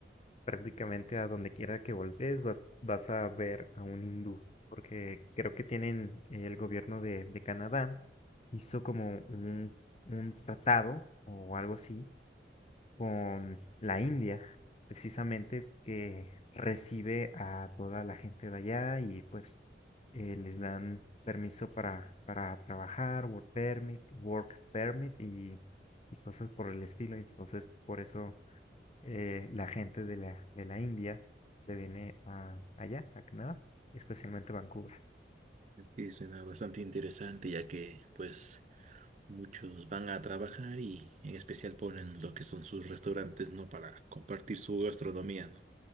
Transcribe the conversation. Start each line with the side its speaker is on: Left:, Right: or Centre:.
Left: prácticamente a donde quiera que voltees va- vas a ver a un hindú, porque creo que tienen eh, el gobierno de, de Canadá hizo como un, un tratado o algo así con la India, precisamente que recibe a toda la gente de allá y pues eh, les dan permiso para, para trabajar, work permit, work permit y, y cosas por el estilo. Entonces, por eso eh, la gente de la, de la India se viene a, allá, a Canadá, especialmente Vancouver.
Right: Sí, suena bastante interesante, ya que pues muchos van a trabajar y en especial ponen lo que son sus restaurantes, ¿no? Para compartir su gastronomía, ¿no?